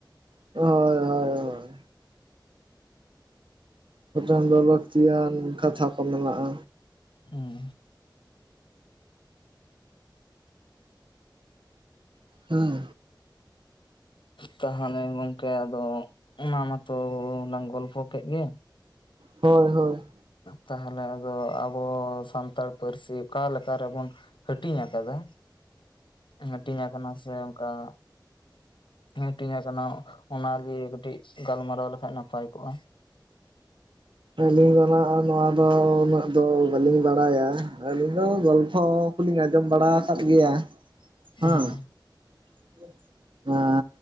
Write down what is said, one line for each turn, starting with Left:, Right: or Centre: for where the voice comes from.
Right: ᱦᱳᱭ ᱦᱳᱭ ᱦᱳᱭ᱾ ᱢᱤᱫᱴᱮᱱ ᱫᱚ ᱞᱟᱹᱠᱛᱤᱭᱟᱱ ᱠᱟᱛᱷᱟ ᱠᱚ ᱢᱮᱱᱟᱜᱼᱟ᱾
Left: ᱦᱩᱸ᱾
Right: ᱦᱩᱸ᱾
Left: ᱛᱟᱦᱚᱞᱮ ᱜᱚᱝᱠᱮ ᱟᱫᱚ, ᱚᱱᱟ ᱢᱟᱛᱚ ᱞᱟᱝ ᱜᱚᱞᱯᱷᱚ ᱠᱮᱫ ᱜᱮ᱾
Right: ᱦᱳᱭ ᱦᱳᱭ᱾
Left: ᱛᱟᱦᱚᱞᱮ ᱟᱫᱚ ᱟᱵᱚ ᱥᱟᱱᱛᱟᱲ ᱯᱟᱹᱨᱥᱤ ᱚᱠᱟ ᱞᱮᱠᱟ ᱨᱮᱵᱚᱱ ᱦᱟᱹᱴᱤᱧ ᱟᱠᱟᱫᱟ, ᱦᱟᱹᱴᱤᱧ ᱟᱠᱟᱱᱟ ᱥᱮ ᱚᱱᱠᱟ <inaudible> ᱦᱟᱹᱴᱤᱧ ᱟᱠᱟᱱᱟᱜ ᱚᱱᱟ ᱞᱤᱭᱟ. ᱠᱟᱹᱴᱤᱡ, ᱜᱟᱞᱢᱟᱨᱟᱣ ᱞᱮᱠᱷᱟᱡ ᱱᱟᱯᱟᱭ ᱠᱚᱜ-ᱟ
Right: ᱟᱹᱞᱤᱧ ᱫᱚ ᱱᱟᱦ ᱱᱚᱣᱟ ᱫᱚ ᱩᱱᱟᱹᱜ ᱫᱚ ᱵᱟᱞᱤᱧ ᱵᱟᱲᱟᱭᱟ ᱟᱹᱞᱤᱧ ᱫᱚ ᱜᱚᱞᱯᱷᱚ ᱠᱚᱞᱤᱧ ᱟᱸᱡᱚᱢ ᱵᱟᱲᱟ ᱟᱠᱟᱫ ᱜᱮᱭᱟ <inaudible>
Left: ᱦᱮᱸ
Right: ᱦᱟᱸ <inaudible> ᱱᱚᱣᱟ